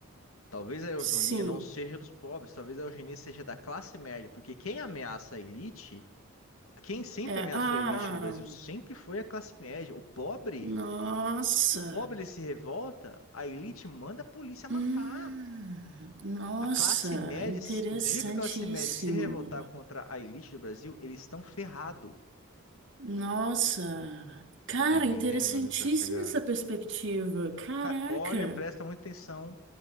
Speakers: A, on the left (about 80°); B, on the right (about 60°).
A: Talvez a Eugeninha
B: sim,
A: não seja dos pobres, talvez a Eugenia seja da classe média, porque quem ameaça a elite, quem sempre
B: é,
A: ameaçou
B: ah,
A: a elite no Brasil, sempre foi a classe média. O pobre,
B: nossa,
A: o pobre ele se revolta, a elite manda a polícia matar.
B: hum, nossa,
A: A classe média,
B: interessantíssimo,
A: se- o dia que a classe média se revoltar contra a elite do Brasil, eles estão ferrados.
B: nossa, cara,
A: Você tá entendendo
B: interessantíssima
A: onde eu quero chegar?
B: essa perspectiva, caraca.
A: Cara, olha, presta muita atenção